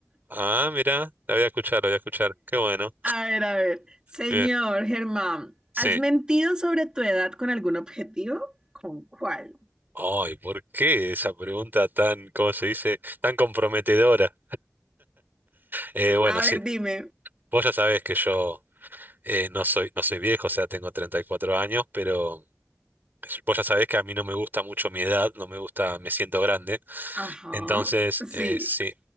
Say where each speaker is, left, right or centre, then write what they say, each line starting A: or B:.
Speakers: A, on the right (about 45°); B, on the right (about 20°).
A: Ah, mira, la voy a escuchar, la voy a escuchar. Qué bueno.
B: A ver, a ver. Señor
A: Bien,
B: Germán,
A: sí.
B: ¿has mentido sobre tu edad con algún objetivo? ¿Con cuál?
A: Ay, ¿por qué esa pregunta tan, cómo se dice, tan comprometedora? Eh, bueno,
B: A
A: sí,
B: ver, dime.
A: vos ya sabés que yo eh, no soy, no soy viejo, o sea, tengo 34 años, pero vos ya sabés que a mí no me gusta mucho mi edad, no me gusta, me siento grande.
B: Ajá.
A: Entonces,
B: Sí.
A: eh, sí,